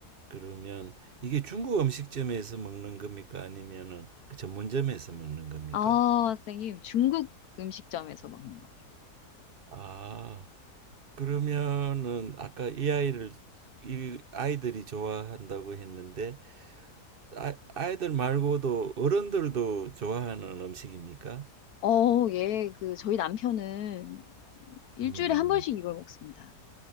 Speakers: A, on the right; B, on the left.
A: 그러면 이게 중국 음식점에서 먹는 겁니까? 아니면은 그 전문점에서 먹는 겁니까?
B: 아, 선생님 중국 음식점에서 먹는 겁니다.
A: 아, 그러면은 아까 이 아이를 이 아이들이 좋아한다고 했는데 아, 아이들 말고도 어른들도 좋아하는 음식입니까?
B: 어, 예, 그 저희 남편은 일주일에
A: 음,
B: 한 번씩 이걸 먹습니다.